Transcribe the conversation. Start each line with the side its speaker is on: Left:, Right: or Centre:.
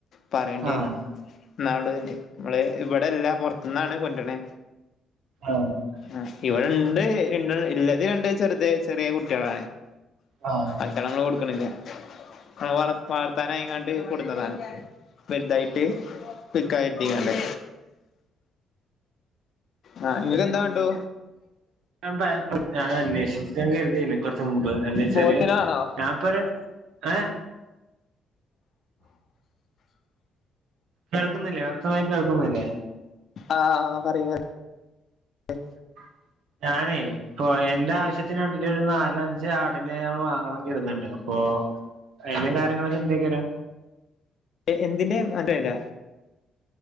Left: പറയേണ്ടി
Right: ആഹ്
Left: വരും എന്നാള തന്നെ നമ്മള് ഇവിടെല്ല പുറത്തുന്നാണ് കൊറണെ
Right: ആഹ്
Left: ആഹ് ഇവിടെണ്ട് ഇ ഇല്ലത് രണ്ട് ചെറുത ചെറീയെ കുട്ടിയള
Right: ആഹ്
Left: ഇ നമ്മള് കൊടുക്കണില്ല നമ്മള് വ വളർത്താന അങ്ങാണ്ട് കൊടുന്നതാണ് വൽതായിട്ട് വിക്കാര്തിയാണ്ട് ആഹ് ഇങ്ങക്ക്ന്താ വണ്ടോ
Right: ഞ ഞാൻ അന്വേഷിച്ച് ഞാൻ കര്ത്യെനി കുറച്ച മുമ്പ് എന്താച്ചാല്
Left: പോത്തിനാണോ
Right: ഞാ പ്പര് ഏ കേൾക്കുന്നില്ലേ വ്യക്തമായി കേൾക്കുന്നില്ലേ
Left: ആഹ് പറയ് പറയ്
Right: <inaudible> ഞാനേ ഇപ്പൊ എന്റെ ആവശ്യത്തിന് വേണ്ടിയിട്ട് ഒരു നാല് അഞ്ച് ആടിനെ നമ്മള് വാങ്ങണം കര്ത്ണ്ട് അപ്പൊ അതിലും കാര്യങ്ങളെന്തൊക്കെരം
Left: എന്തിന്റെയാന്ന് അറിയൂല്ല